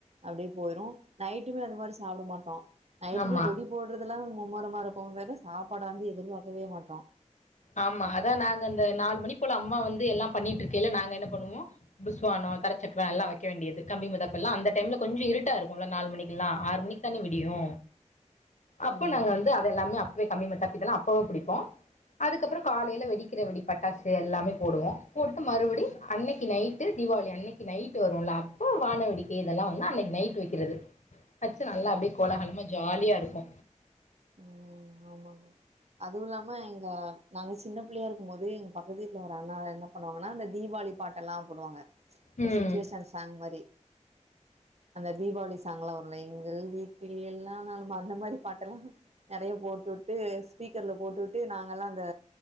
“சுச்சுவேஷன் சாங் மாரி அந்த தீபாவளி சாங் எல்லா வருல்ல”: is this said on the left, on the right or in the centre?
Right